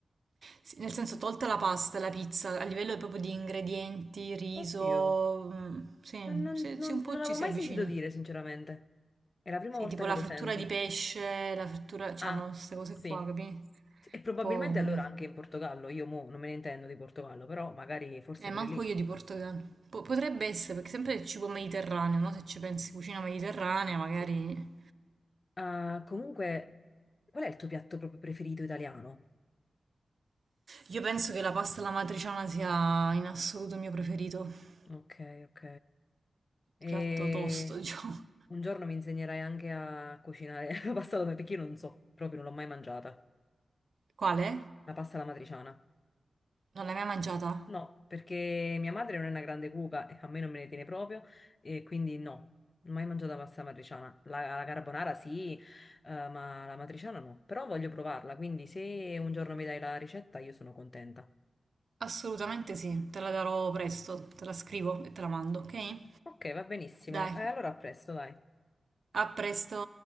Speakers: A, on the right; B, on the left.
A: Sì, nel senso, tolta la pasta, la pizza, a livello proprio di ingredienti, riso,
B: Oddio.
A: mm, sì,
B: Non, non-
A: sì,
B: non-
A: sì, un po'
B: non l'avevo
A: ci si
B: mai
A: avvicina.
B: sentito dire, sinceramente. È la prima
A: Sì,
B: volta
A: tipo
B: che
A: la
B: lo
A: frittura
B: sento.
A: di pesce, la frittura, c'hanno
B: Ah,
A: queste cose
B: sì.
A: qua, capi? Un
B: E probabilmente
A: po'... mm,
B: allora anche in Portogallo. Io mo non me ne intendo di Portogallo, però magari forse
A: Eh,
B: pure
A: manco
B: lì.
A: io di Portogallo. Po- potrebbe essere, perché sempre il cibo mediterraneo, no? Se ci pensi, cucina mediterranea, magari...
B: Sì. Ah, comunque, qual è il tuo piatto proprio preferito italiano?
A: Io penso che la pasta alla matriciana sia in assoluto il mio preferito.
B: Ok, ok. E
A: Piatto tosto, <laughs> diciamo.
B: un giorno mi insegnerai anche a cucinare <laughs> la pasta alla perché io non so, proprio non l'ho mai mangiata.
A: Quale?
B: La pasta alla matriciana.
A: Non l'hai mai mangiata?
B: No, perché mia madre non è una grande cuoca e a me non me ne tiene proprio, e quindi no, non ho mai mangiato la pasta matriciana. La, la carbonara sì, eh, ma la matriciana no. Però voglio provarla, quindi se un giorno mi dai la ricetta io sono contenta.
A: Assolutamente sì, te la darò presto, te la scrivo e te la mando, ok?
B: Ok, va benissimo.
A: Dai,
B: E allora a presto, dai.
A: a presto.